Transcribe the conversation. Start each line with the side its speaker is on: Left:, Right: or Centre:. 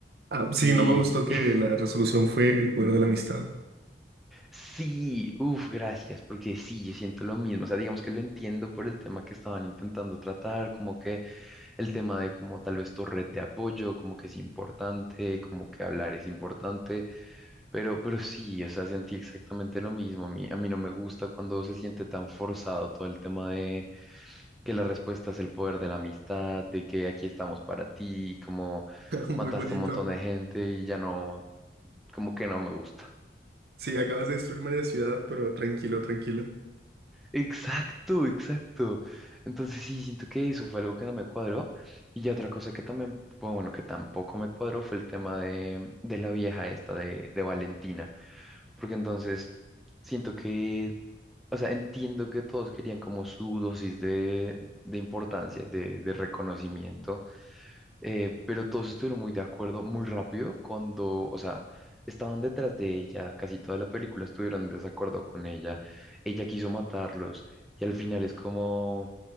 Right: Ah, sí,
Centre: Y
Right: no me gustó que
Centre: <laughs>
Right: la resolución fue el poder de la amistad.
Centre: sí, uff, gracias, porque sí, yo siento lo mismo. O sea, digamos que lo entiendo por el tema que estaban intentando tratar, como que el tema de como tal vez tu red de apoyo, como que es importante, como que hablar es importante, pero, pero sí, o sea, sentí exactamente lo mismo. A mí, a mí no me gusta cuando se siente tan forzado todo el tema de que la respuesta es el poder de la amistad, de que aquí estamos para ti, como
Right: <laughs> Muy
Centre: mataste
Right: bonito.
Centre: un montón de gente y ya no, como que no me gusta.
Right: Sí, acabas de destruir media ciudad, pero tranquilo, tranquilo.
Centre: Exacto, exacto. Entonces sí, siento que eso fue algo que no me cuadró. Y ya otra cosa que también, pues, bueno, que tampoco me cuadró fue el tema de, de la vieja esta de, de Valentina. Porque entonces siento que, o sea, entiendo que todos querían como su dosis de, de importancia, de, de reconocimiento eh, pero todos estuvieron muy de acuerdo muy rápido cuando, o sea, estaban detrás de ella, casi toda la película estuvieron en desacuerdo con ella, ella quiso matarlos y al final es como,